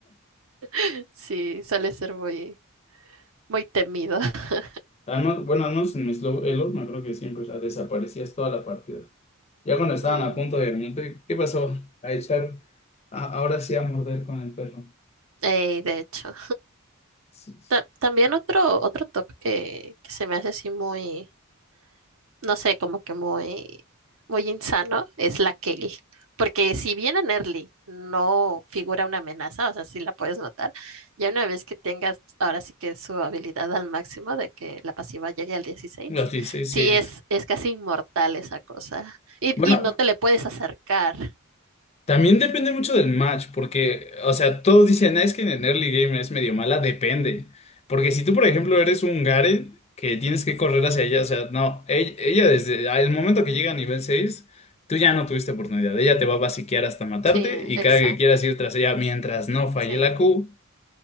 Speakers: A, on the right (about 65°); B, on the left (about 30°).
A: <laughs> Sí, suele ser muy, muy temido. <laughs>
B: Al <laughs> bueno, al menos en mi slow elo, me acuerdo que siempre la desaparecías toda la partida. Ya cuando estaban
A: Mm,
B: a punto de venirte, ¿qué pasó? A echar, a- ahora sí a morder con el perro.
A: ey, de hecho.
B: Sí.
A: Ta- también otro, otro top que, que se me hace así muy no sé, como que muy, muy insano, es la Kelly. Porque si bien en early no figura una amenaza, o sea, sí la puedes notar, ya una vez que tengas ahora sí que su habilidad al máximo de que la pasiva llegue al dieciséis
B: Los 16,
A: sí
B: sí.
A: es, es casi inmortal esa cosa. Y,
B: Bueno,
A: y no te le puedes acercar.
B: También depende mucho del match, porque, o sea, todos dicen, "Ah, es que en el early game es medio mala, depende. Porque si tú, por ejemplo, eres un Garen que tienes que correr hacia ella, o sea, no, ella, ella desde el momento que llega a nivel 6 tú ya no tuviste oportunidad. Ella te va a basiquear hasta matarte
A: Sí,
B: y
A: exacto.
B: cada que quieras ir tras ella mientras no falle
A: Sí,
B: la Q